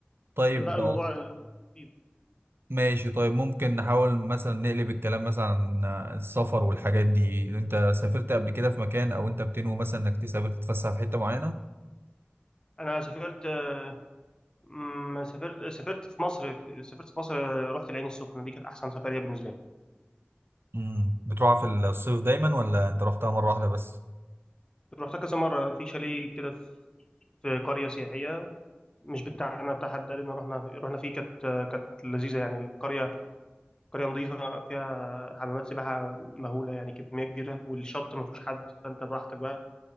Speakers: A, on the right; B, on the left.
A: طيب
B: لا الموضوع بسيط.
A: ماشي طيب ممكن نحاول مثلا نقلب الكلام مثلا عن السفر والحاجات دي انت سافرت قبل كده في مكان او انت بتنوي مثلا انك تسافر تتفسح في حتة معينة
B: انا سافرت آه، مم، سافرت سافرت في مصر سافرت في مصر آه، رحت العين السخنه دي كانت احسن سفريه بالنسبه لي
A: امم بتروحها في الصيف دايما ولا انت رحتها مرة واحدة بس
B: رحتها كذا مره في شاليه كده في في قريه سياحيه مش بتاعنا بتاع حد قال لنا رحنا رحنا فيه كانت آه، كانت لذيذه يعني القريه قرية نظيفة فيها حمامات سباحة مهولة يعني كمية كبيرة والشط ما فيهوش حد فأنت براحتك بقى